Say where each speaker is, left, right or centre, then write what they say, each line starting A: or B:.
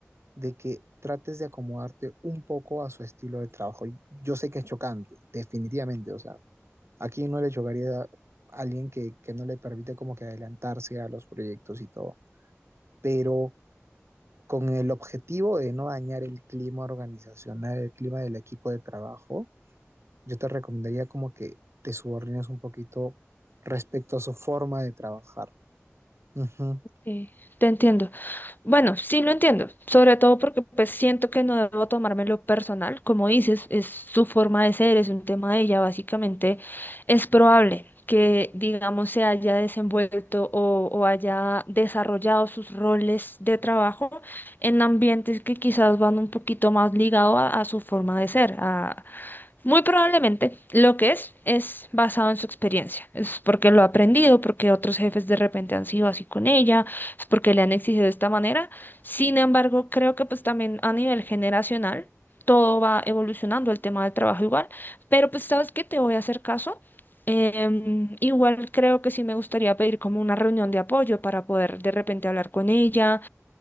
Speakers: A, on the right (about 65°); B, on the left (about 40°).
A: de que trates de acomodarte un poco a su estilo de trabajo. Y Yo sé que es chocante, definitivamente, o sea, aquí no le chocaría a alguien que, que no le permite como que adelantarse a los proyectos y todo, pero con el objetivo de no dañar el clima organizacional, el clima del equipo de trabajo, yo te recomendaría como que te subordines un poquito respecto a su forma de trabajar. Ujú.
B: Sí, te entiendo. Bueno, sí lo entiendo, sobre todo porque pues siento que no debo tomármelo personal, como dices, es su forma de ser, es un tema de ella, básicamente es probable que, digamos, se haya desenvuelto o, o haya desarrollado sus roles de trabajo en ambientes que quizás van un poquito más ligado a, a su forma de ser, muy probablemente lo que es es basado en su experiencia. Es porque lo ha aprendido, porque otros jefes de repente han sido así con ella, es porque le han exigido de esta manera. Sin embargo, creo que pues también a nivel generacional todo va evolucionando, el tema del trabajo igual. Pero pues sabes que te voy a hacer caso. Em, igual creo que sí me gustaría pedir como una reunión de apoyo para poder de repente hablar con ella,